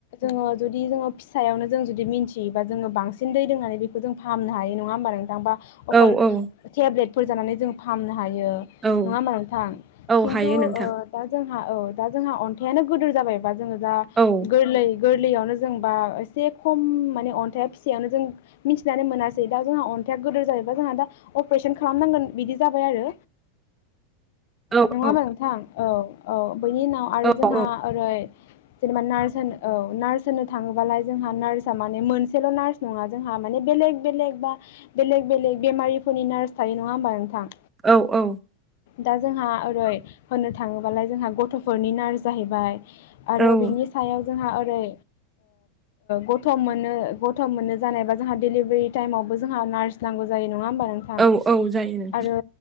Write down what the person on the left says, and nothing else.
जोंङो जुदि जोंङो फिसायावनो जों जुदि मिथियोबा जोङो बांसिन दै लोंनानै बेखौ जों फाहामनो हायो नङा होमबा नोंथां बा
अखल
टेब्लेद फोर जानानै जों फाहामनो हायो नंङा
होमबा नोंथां
खिन्थु
दा जोंहा औ दा जोंहा अन्थाइआनो गोदोर जाबायबा जोंङो दा
गोरलै गोरलैयावनो जों बा एसे खम माने अन्थाइआ फिसायावनो जों मिथिनानै मोनासै दा जोंहा अन्थाइया गोदोर जायोबा जोंहा दा अपारेशन खालामनांगोन बिदि जाबाय आरो
नंङा
होमबा नोंथां औ औ बनि उनाव आरो
जोंहा
ओरै जेनेबा नार्स होनो औ नार्स होनो थांङोबालाय जोंहा नार्सआ माने मोनसेल' नार्स नङा जोंहा माने बेलेग बेलेग बा बेलेग बेलेग बेमारिफोरनि नार्स थायो नङा होमबा नोंथां
दा जोंहा ओरै होननो थांङोबालाय जोंहा गथ' गथ'फोरनि नार जाहैबाय आरो
बिनि सायाव जोंहा ओरै गथ' गथ' मोननो जानायबा जोंहा देलिभारि टाइमावबो जोंहा नार्स नांगौ जायो ना नङा होमबा नोंथां
आरो